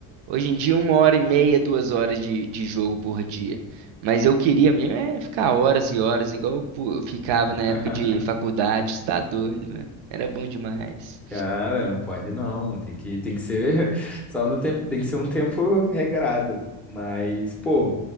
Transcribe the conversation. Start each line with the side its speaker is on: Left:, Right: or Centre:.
Right: Hoje em dia, uma hora e meia, duas horas de, de jogo por dia. Mas eu queria mesmo é ficar horas e horas, igual eu, pu- eu ficava na época
Centre: <laughs>
Right: de faculdade, você tá doido, mano. Era bom demais.
Centre: Cara, não pode não, tem que, tem que ser <laughs> só no tempo, tem que ser um tempo regrado. Mas, pô,